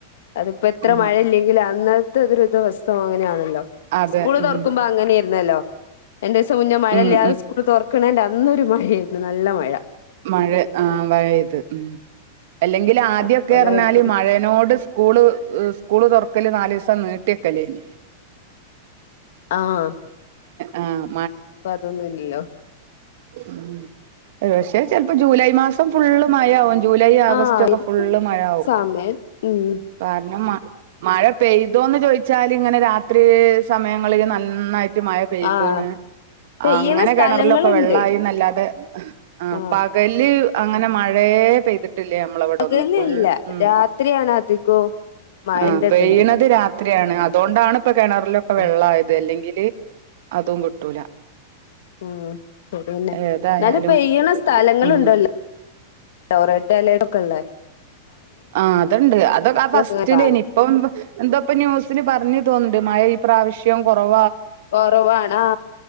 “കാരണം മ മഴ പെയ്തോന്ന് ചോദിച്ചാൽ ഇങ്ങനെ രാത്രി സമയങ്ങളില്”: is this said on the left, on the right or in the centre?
Right